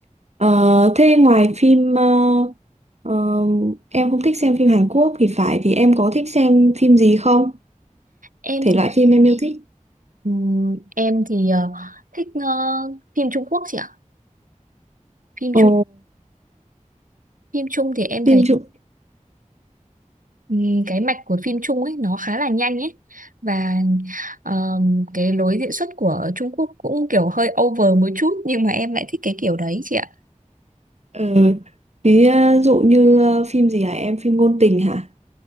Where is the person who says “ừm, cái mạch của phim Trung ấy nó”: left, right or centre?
Right